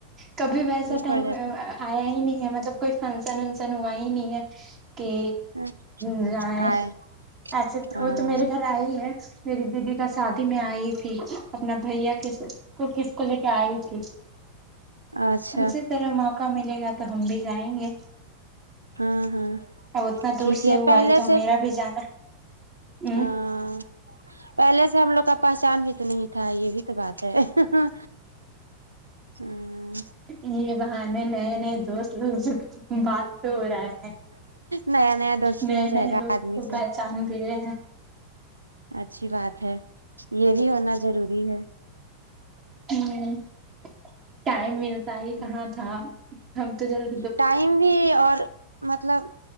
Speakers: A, on the right; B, on the right.
A: کبھی ویسا
B: دور
A: ٹائم
B: پڑ جاتا
A: آیا ہی نہیں ہے مطلب کوئی فنکشن ونکشن ہوا ہی نہیں ہے کے
B: ہے
A: نہ ہے
B: آئے
A: ایسے
B: ہاں
A: وہ تو میرے گھر آئی ہے میری دیدی کا شادی میں آئی تھی اپنا بھیا کے کو کس کو لے کے آئی جی جی
B: اچھا
A: اسی طرح ہم آپ موقع ملے گا تو ہم بھی جائیں گے
B: ہاں ہاں
A: اب اتنا دور
B: ٹھیک
A: سے
B: ہے
A: وہ
B: پہلے
A: آئی تو
B: سے
A: میرا بھی جانا ہ
B: ہاں پہلے سے ہم لوگ کا پہچان بھی تو نہیں تھا یہ بھی تو بات ہے ہی۔ ہی ہوں
A: یہ بہانہ میں نئے نئے دوست بات تو ہو رہا ہے
B: نیا نیا دوستی
A: نئے
B: ہو
A: نئے
B: جائے گا
A: لوگ
B: آدمی
A: کو
B: سے
A: پہچان بھی رہے ہیں
B: اچھی بات ہے یہ بھی ہونا ضروری ہے
A: ہوں ٹائم ملتا ہی
B: ہے
A: کہاں ہاں ہم تو ضرور
B: ٹائم بھی اور مطلب